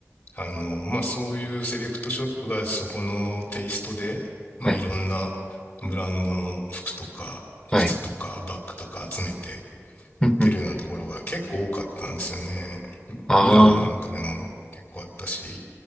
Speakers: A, on the left; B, on the left.
A: あの、まあ、そういうセレクトショップがそこのテイストで、まあ、
B: はい。
A: いろんなブランドの服とか靴とかバッグとか集めて
B: はい。
A: 売ってるようなところが結構多かったんですよね。
B: うんうん。ああ。
A: ミラノなんかでも結構あったし、